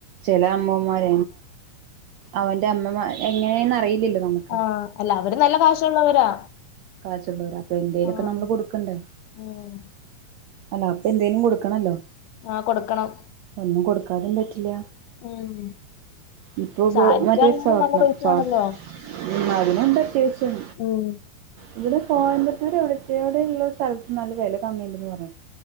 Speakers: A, on the right (about 85°); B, on the left (about 75°).
A: ചില അമ്മമാര അവറെ അമ്മമാർ എങ്ങനെയന്ന അറിയില്ലല്ലോ നമുക്ക്
B: ആഹ് അല്ല അവര് നല്ല കാശുള്ളവരാ
A: കാച്ചുള്ളവർ അപ്പ എന്തേലുമക്കെ
B: ആഹ്
A: നമ്മള് കൊടുക്കണ്ടേ
B: ഉം
A: അല്ല അപ്പൊ എന്തേങ്കലും കൊടുക്കണല്ലോ
B: ആഹ് കൊടുക്കണം
A: ഒന്നും കൊടുക്കാനും പറ്റില്ല
B: ഉം
A: ഇപ്പൊ <unintelligible>
B: സാരിക്കാണെങ്കിലും നല്ല പൈസയാണല്ലോ
A: ഉം അതിനെന്ത അത്യാവശ്യം
B: ഉം
A: ഇവിടെ കോയമ്പത്തൂർ എവിടത്തടെ ഉള്ള സ്ഥലത്ത് നല്ല വില കമ്മിണ്ട്ന്ന് പറഞ്ഞു